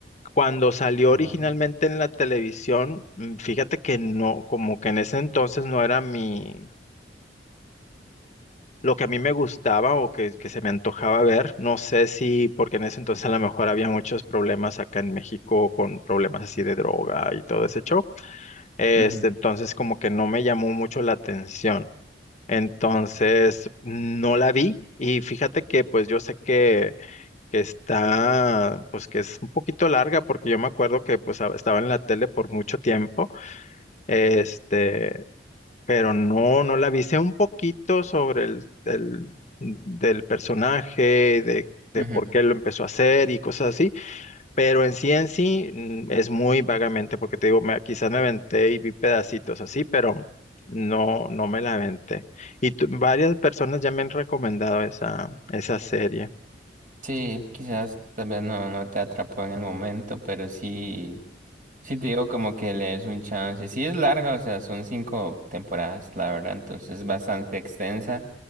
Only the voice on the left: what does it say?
Cuando salió
originalmente en la televisión, mm, fíjate que no, como que en ese entonces no era mi, lo que a mí me gustaba o que, que se me antojaba ver. No sé si, porque en ese entonces a lo mejor había muchos problemas acá en México con problemas así de droga y todo ese show. Este,
entonces como que no me llamó mucho la atención. Entonces, no la vi y fíjate que pues yo sé que, que está, pues que es un poquito larga porque yo me acuerdo que pues a- estaba en la tele por mucho tiempo, este, pero no, no la vi. Sé un poquito sobre el, el- del personaje, de, de
por qué lo empezó a hacer y cosas así. Pero en sí en sí mm, es muy vagamente, porque te digo, me, quizás me aventé y vi pedacitos así, pero no, no me la aventé. Y tú- varias personas ya me han recomendado esa, esa serie.